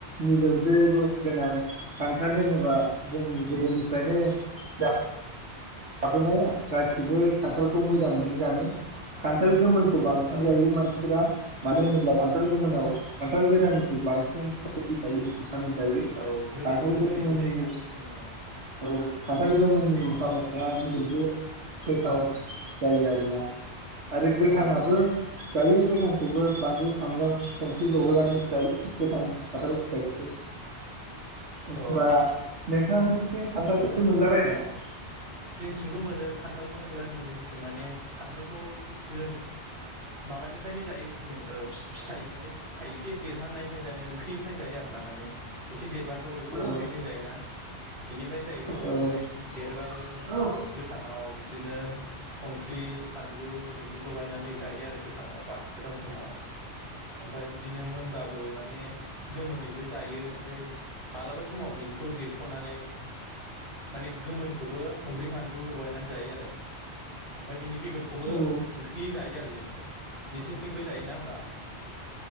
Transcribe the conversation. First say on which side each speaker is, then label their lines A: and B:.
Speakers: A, on the right; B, on the right.
A: मिलौदो जस गोनां खान्थाल होनोबा जोंनि गोदोनिफ्रायनो जा लाबोनाय गासिबो खान्थालखौ मोजां मोनो जानो खान्थाल गोमोन खौ बांसिन
B: औ
A: जायो मानसिफोरा मानो होनोब्ला खान्थाल गोमोनाव खान्थाल गोथांनिख्रुइ बांसिन थायो
B: औ गोदैबो
A: खान्थाल गोमोननि
B: गोदैबो जायोना गोमोना
A: औ। खान्थाल गोमोननि <unintelligible> गोथाव जायो आरोना आरो गोथाङाबो
B: औ
A: जायो गो आंखौबो बांनलु सामब्राम संख्रि लगायनानै जायो गोथां खान्थाल फिथाइयखौ <unintelligible>
B: औ
A: नोंथा मोननिथिं खान्थालफोरखौ मोनलाबायो नामा?
B: जोंथिंबो मोनो खान्थालखौनो बिराद मोनो जोंनिथिं माने खान्थालखौ बिदिनो माबानि फ्रायनो जायो जों फिथाइ माने फिथाइ थाइसे देरहांनायनिफ्राय जानो ओंख्रिनिफ्राय जायो आरो ना माने एसे देरबानोथ' बेखौ
A: औ
B: ओंख्रिजों जायोना बेनिफ्रायनो जायो जोंथिं
A: औ
B: ओमफ्राय देरबाबो
A: औ
B: गोथाङाव बि बिदिनो संख्रि फानलु बिदि लगायनानै जायो आरो गोथांआव बा गोथां समाव ओमफ्राय बिदिनो मोनबा माने गोमोनैबो जायो ओमफ्राय मालाबा समाव बिनिखौ जिर खनानै माने गोमोनखौबो बानलु लगायनानै जायो आरो ओफ्राय बिनि बेगरखौबो
A: औ
B: ओंख्रि जायो आरो जोंनिथिं नोंसिनिथिंबो जायोना होमबा